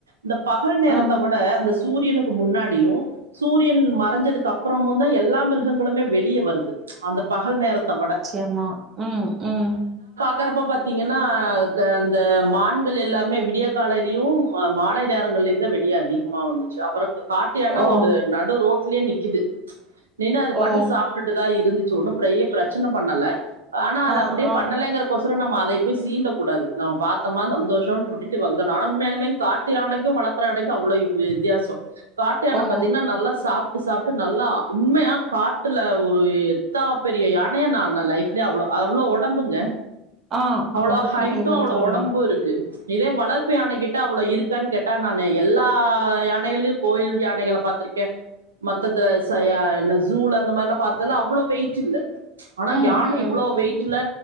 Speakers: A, on the right; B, on the right.
A: ந்த பகல் நேரத்த
B: ஆ
A: ஒட அந்த சூரியனுக் முன்னாடியு சூரியன் மறஞ்சதுக்கு அப்றமுந்தா எல்லா மிருஹங்களுமே வெளிய வருது அந்த பகல் நேரத்த வட
B: ஏமா ம் ம்
A: உக்காறப்போ பாத்தீங்கனா க அந்த மான்கள் எல்லாமே விடிய காலைலியு ம மாலை நேரங்க உள்ளேந்து வெளியே அதிகமா வந்துச்சு அப்புறம் காட்டியான
B: ஓ
A: ஒரு நடு ரோட்லயே நிக்குது நின்னு அது பாட்டுக்
B: ஓ
A: சாப்பிட்டுட்டுதான் இரு இருந்துச்சு ஒன்னும் ஃப்ரய பிரச்சனை பண்ணல ஆனா அது
B: ஆ
A: அப்படியே
B: ஆ
A: பண்ணலைங்கிற கொச ரோ நம்ம அதைய போய் சீண்டக்க கூடாது நம்ம பாத்தோமா சந்தோஷனு விட்டுட்டு வந்துரனு ஆனா உண்மயாவே காட்டு யானைக்கும் வள க்ற யானைக்கு அவ்ளவு வித்தியாசம் காட்டுயானை
B: ஓ
A: பாத்தீங்கன்னா நல்லா சாப் ட்டு சாப்பிட்டு நல்லா உண்மையா காட்டுல ஒரு எத்தா பெரிய யா னைய நான் லைஃப்லயே அவ்ளோ அவ்ளோ உடம்புங்க
B: ஆ
A: அவ்ளோ
B: ஆ
A: ஹைட்டும்
B: புரியுது
A: அவ்ளோ
B: தோழி
A: உடம்பும் இருக்கு இதே வளர்பு யானைகிட்ட அவ்ளோ இருக்கான்னு கேட்டு நானு எல்லா யானைகள்ளயும் கோயில் யானைகள பாத்த இருக்கன் மத்தத யான் ஃசூல அந்த மாதிரல்லாம் பாத்த ல அவ்ளோ வெயிட் இல்ல ஆனா
B: ம்
A: யானை
B: ம்
A: இவ்வளோ
B: ம்
A: வெயிட்டுல்ல